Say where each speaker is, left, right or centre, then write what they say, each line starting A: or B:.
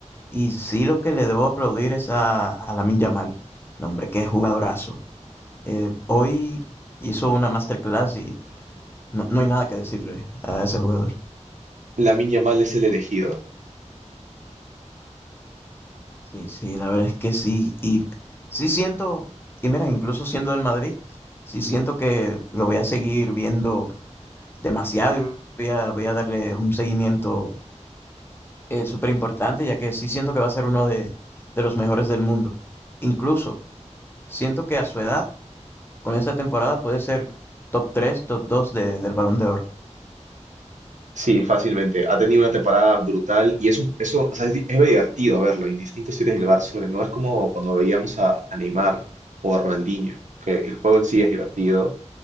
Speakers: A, on the left; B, on the right.
A: Y sí lo que le debo aplaudir es a, a Lamin Yamal. No, hombre, qué jugadorazo. Eh, hoy hizo una masterclass y no, no hay nada que decirle a ese jugador.
B: Lamine Yamal es el elegido.
A: Sí, sí, la verdad es que sí. Y sí siento, y mira, incluso siendo del Madrid, sí siento que lo voy a seguir viendo demasiado. y Voy a, voy a darle un seguimiento eh, súper importante, ya que sí siento que va a ser uno de, de los mejores del mundo. Incluso siento que a su edad, con esta temporada, puede ser top 3, top 2 de, del Balón de Oro.
B: Sí, fácilmente. Ha tenido una temporada brutal y es un, eso, o sea, es, di- es divertido verlo, indistinto si eres del Barça, o no es como cuando veíamos a, a Neymar o a Ronaldinho, que el juego en sí es divertido